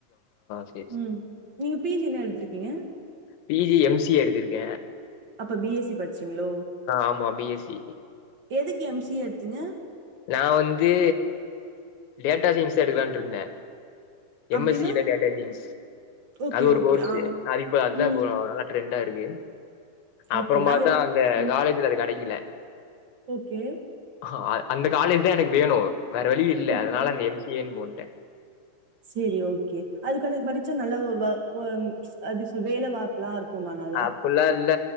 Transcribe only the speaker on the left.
சரி
P G M C A எடுத்திருக்கே
ஆமா பி எஸ் சி.
நா வந்து டேட்டா சயின்ஸ் எடுக்லான்ட்டு இருந்தே எம்
எஸ் சி ல டேட்டா சைன்ஸ்
அது ஒரு
கோர்ஸ்
அது இப்ப அதுதா
நல்ல ரெண்டா இருக்கு
அப்றோ பார்த்தா
அந்த
காலேஜ்ல அது கெடைக்கல
அ அந்த காலேஜ் தா எனக்கு வேணு வேற வழி இல்ல
அதனால அங்க எம் சி ஏன்னு போட்டே
அப்புட்ல்லா இல்ல